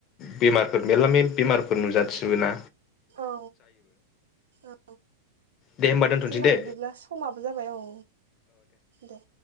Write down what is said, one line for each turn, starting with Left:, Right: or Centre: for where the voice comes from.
Left: बेमारफोर मेरला म बेमारफोर नुजाथिबोना
Right: औ औ
Left: दे होमबा दोनथ'नोसै
Right: जोंना
Left: दे
Right: बिदिब्ला समाबो जाबाय औ दे।